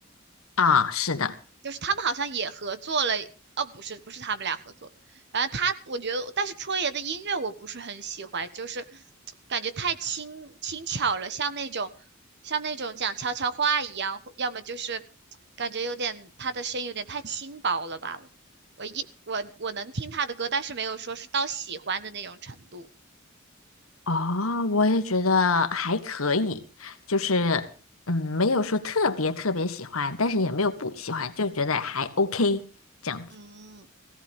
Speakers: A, on the left (about 85°); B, on the right (about 55°).
A: 啊。是的，
B: 就是他们好像也合作了，哦，不是，不是他们俩合作，反正他，我觉得，但是戳爷的音乐我不是很喜欢，就是感觉太轻轻巧了，像那种像那种讲悄悄话一样，要么就是感觉有点他的声音有点太轻薄了吧，我一我我能听他的歌，但是没有说是到喜欢的那种程度，
A: 哦，我也觉得还可以，就是嗯，没有说特别特别喜欢，但是也没有不喜欢，就觉得还 OK 这样子。
B: 嗯。